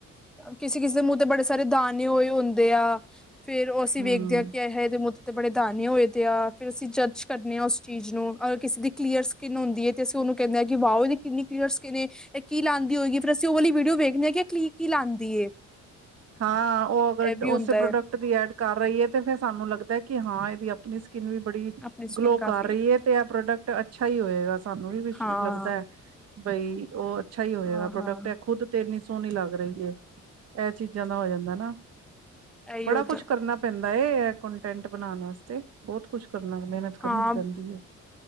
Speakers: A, in the centre; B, on the right.
A: ਕਿਸੀ-ਕਿਸੀ ਦੇ ਮੂੰਅ ਤੇ ਬੜੇ ਸਾਰੇ ਦਾਣੇ ਹੋਏ ਹੁੰਦੇ ਆ, ਫੇਰ ਓ ਅਸੀਂ
B: ਹਮ
A: ਵੇਖਦੇ ਆ ਕਿ ਆਏ -ਹਾਏ ਐਦੇ ਮੂੰਅ ਤੇ ਤੇ ਬੜੇ ਦਾਨੇ ਹੋਏ ਦੇ ਆ। ਫੇਰ ਅਸੀਂ ਜੱਜ ਕਰਨੇ ਆ ਉਸ ਚੀਜ਼ ਨੂੰ ਅਗਰ ਕਿਸੇ ਦੀ ਕਲੀਅਰ ਸ ਕਿਨ ਹੁੰਦੀ ਏ ਤੇ ਅਸੀ ਉਨੂੰ ਕੈਂਨੇ ਆ ਕਿ ਵਾਓ ਐਦੀ ਕਿੰਨੀ ਕਲੀਅਰ ਸਕੀਨ ਏ, ਐ ਕੀ ਲਾਂਦੀ ਹੋਏਗੀ ਫੇਰ ਅਸੀਂ ਓ ਵਾਲੀ ਵੀਡੀਓੇ ਵੇਖਨੇ ਆ, ਕਿ ਐ ਕਲੀ-ਕੀ ਲਾਂਦੀ ਏ।
B: ਹਾਂ, ਓ ਅਗਰ
A: ਇਹ ਵੀ
B: ਓਸੇ
A: ਹੁੰਦਾ
B: ਪ੍ਰੋਡਕਟ
A: ਹੈ
B: ਦੀ ਐਡ ਕਰ ਰਈ ਐ ਤੇ ਫੇਰ ਸਾਨੂੰ ਲੱਗਦਾ ਐ ਕਿ ਹਾਂ ਏਦੀ ਅਪਨੀ ਸਕਿਨ ਵੀ ਬੜੀ
A: ਆਪਣੀ ਸਕਿੰਨ
B: ਗਲੋ
A: ਕਾਫੀ
B: ਕਰ ਰਈ ਏ ਤੇ ਐ ਪ੍ਰੋਡਕਟ ਅੱਛਾ ਈ ਹੋਏਗਾ, ਸਾਨੂੰ ਵੀ ਵਿਸ਼-ਲੱਗਦੈ
A: ਹਾਂ
B: ਬਈ ਓ ਅੱਛਾ ਈ ਹੋਏਗਾ
A: ਹਾਂ
B: ਪ੍ਰੋਡਕਟ,
A: ਹਾਂ
B: ਐ ਖੁੱਦ ਤੇ ਇਨੀ ਸੋਣੀ ਲੱਗ ਰਈ ਐ, ਐ ਚੀਜ਼ ਜਾਂ ਦਾ ਹੋ ਜਾਂਦਾ ਨਾ।
A: ਇਹੀ
B: ਬੜਾ
A: ਹੋ
B: ਕੁਛ
A: ਤਾਂ
B: ਕਰਨਾ ਪੈਂਦਾ ਏ ਐ ਕੋਂਟੈਂਟ ਬਨਾਂਨ ਵਸਤੇ, ਬਹੁਤ ਕੁਛ ਕਰਨਾ ਮਿਹਨਤ ਕਰਨੀ
A: ਹਾਂ,
B: ਪੈਂਦੀ ਹੈ